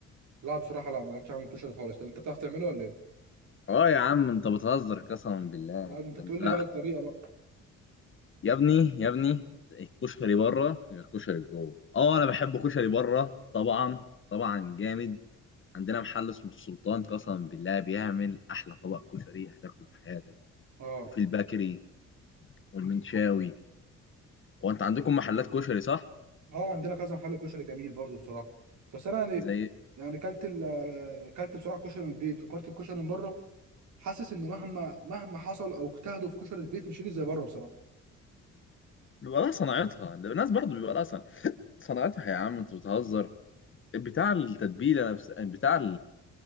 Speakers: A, on the right; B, on the left.
A: لا بصراحه لا ما جربتش اعمل كشري خالص طب انت بتعرف تعمله ولا ايه؟
B: اه يا عم انت بتهزر قسما بالله
A: لا انت
B: ده
A: تقول
B: انت
A: لي بقى الطريقه بقى
B: يا ابني يا ابني الكشري بره غير الكشري جوه اه انا بحب كشري بره طبعا طبعا جامد عندنا محل اسمه السلطان قسما بالله بيعمل احلى طبق كشري هتاكله في حياتك
A: اه
B: وفي البكري والمنشاوي هو انت عندكم محلات كشري صح
A: اه عندنا كذا محل كشري جميل برضو بصراحه بس انا يعني
B: زي
A: يعني كلت ال- كلت بصراحه كشري من البيت وكلت الكشري من بره حاسس ان مهما مهما حصل او اجتهدوا في كشري البيت مش هيجي زي بره بصراحه
B: بيبقى لها صناعتها الناس برضو بيبقى لها صن- صناعتها يا عم انت بتهزر بتاع التتبيله نفس بتاع